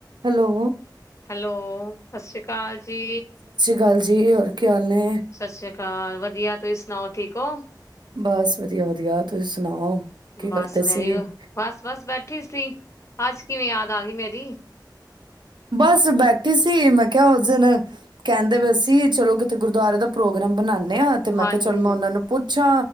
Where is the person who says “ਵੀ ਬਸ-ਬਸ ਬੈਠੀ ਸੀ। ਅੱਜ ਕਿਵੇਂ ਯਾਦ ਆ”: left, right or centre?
Left